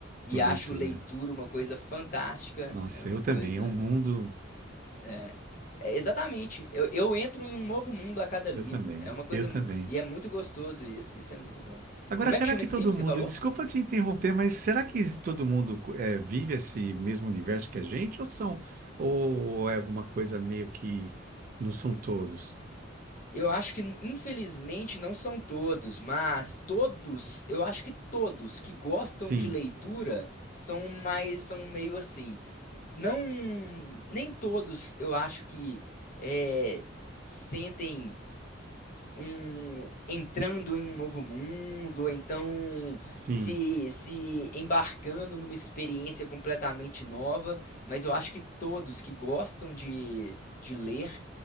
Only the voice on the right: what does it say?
por
leitura.
Nossa,
eu
também. É um mundo.
Eu também,
eu também.
Agora,
será
que
todo
mundo,
desculpa te interromper, mas será que todo mundo eh, vive esse mesmo universo que a gente, ou são, ou é alguma coisa meio que não são todos?
Sim,
sim.